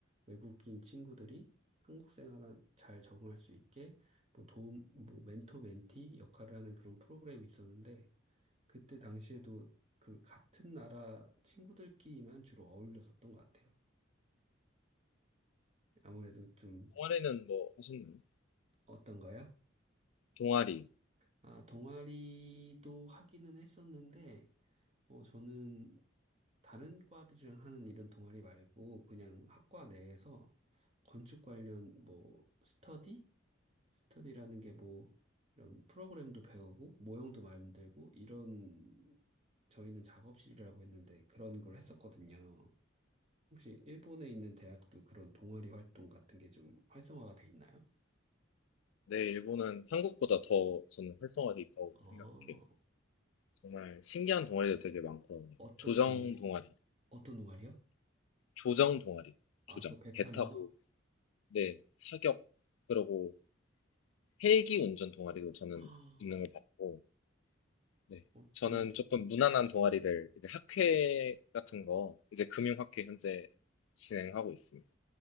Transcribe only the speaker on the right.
외국인 친구들이 한국 생활에 잘 적응할 수 있게 뭐 도움, 뭐 멘토 멘티 역할을 하는 그런 프로그램이 있었는데 그때 당시에도 그 같은 나라 친구들끼리만 주로 어울렸었던 것 같아요. 아무래도 좀
어떤가요?
아, 동아리도 하기는 했었는데, 어, 저는 다른 과들이랑 하는 이런 동아리 말고 그냥 학과 내에서 건축 관련 뭐 스터디? 스터디라는 게 뭐 이런 프로그램도 배우고 모형도 만들고 이런 저희는 작업실이라고 했는데 그런 걸 했었거든요. 혹시 일본에 있는 대학도 그런 동아리 활동 같은 게 좀 활성화가 돼 있나요?
어,
어떤
동아리,
어떤 동아리요?
아, 그거 배
타는
거?
<gasps> 아,
어,
되게 또-